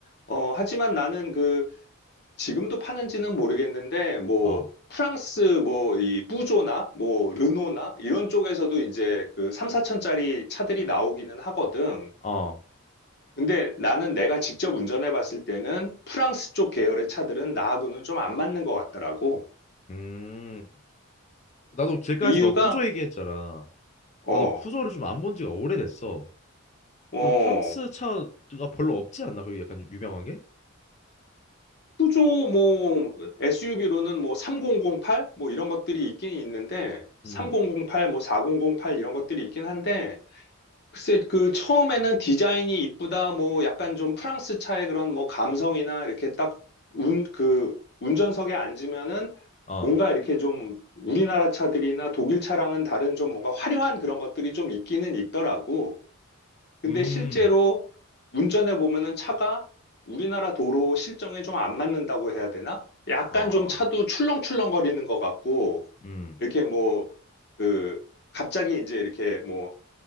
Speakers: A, on the left; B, on the left.
A: 어 하지만 나는 그 지금도 파는지는 모르겠는데 뭐
B: 어.
A: 프랑스 뭐 이 뿌조나 뭐 르노나 이런 쪽에서도 이제 그 3, 4천짜리 차들이 나오기는 하거든.
B: 어.
A: 근데 나는 내가 직접 운전해 봤을 때는 프랑스 쪽 계열의 차들은 나하고는 좀 안 맞는 것 같더라고.
B: 음. 나도 길가에서
A: 이유가,
B: 너 푸조 얘기했잖아.
A: 어,
B: 나도 푸조를 좀 안 본 지가 오래됐어.
A: 어,
B: 그리고 프랑스 차가 별로 없지 않나? 그리고 약간 유명한 게?
A: 푸조 뭐 SUV로는 뭐 3008? 뭐 이런 것들이 있긴 있는데, 3008,
B: 음.
A: 뭐 4008 이런 것들이 있긴 한데, 글쎄, 그 처음에는 디자인이 이쁘다, 뭐 약간 좀 프랑스 차의 그런 뭐 감성이나 이렇게 딱 운, 그 운전석에 앉으면은
B: 어.
A: 뭔가 이렇게 좀 우리나라 차들이나 독일 차랑은 다른 좀 뭔가 화려한 그런 것들이 좀 있기는 있더라고. 근데
B: 음,
A: 실제로 운전해 보면은 차가 우리나라 도로 실정에 좀 안 맞는다고 해야 되나? 약간
B: 아,
A: 좀 차도 출렁출렁거리는 것 같고,
B: 음,
A: 이렇게 뭐, 그, 갑자기 이제 이렇게 뭐,